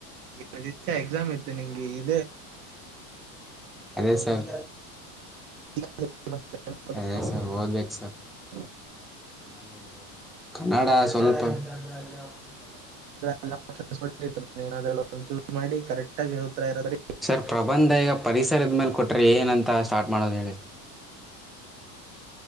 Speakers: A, on the right (about 65°); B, in the centre.
A: ಅ ಎಕ್ಸಾಮ ಇತ್ತ ನಿಂಗೆ <unintelligible>
B: ಅದೇ ಸರ್
A: <unintelligible> <unintelligible>
B: ಅದೇ ಸರ್ ಓದ್ಬೇಕು ಸರ್ ನಂದು ಕನ್ನಡ ಸ್ವಲ್ಪ <unintelligible>
A: ಎಲ್ಲ ಆಪ್ಷನ್ಸ್ ಕೊಟ್ಟತ್ತು ಏನಾದ್ರ ಒನ ಚುರ ಮಾಡಿ ಕರೆಕ್ಟಾಗಿ ಹ ಇರೀ
B: ಸರ್ ಪ್ರಬಂಧ ಈಗ ಪರಿಸರದ ಮೇಲ ಕೊಟ್ಟರೆ ಏನಂತ ಸ್ಟಾರ್ಟ್ ಮಾಡೋದು ಹೇಳಿ.